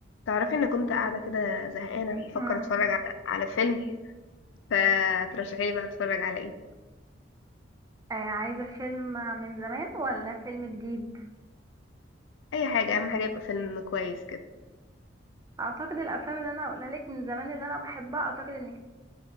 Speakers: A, on the left; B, on the right.
A: تعرفي ان كنت قاعده كده زهقانه بفكر
B: مم.
A: اتفرج على على فيلم فترشحي لي بقى اتفرج على ايه
B: آه، عايزة فيلم من زمان ولا فيلم جديد
A: اي حاجه اهم حاجه يبقى فيلم كويس كده
B: اعتقد الافلام اللي انا هقولها لك من زمان اللي انا بحبها اعتقد انك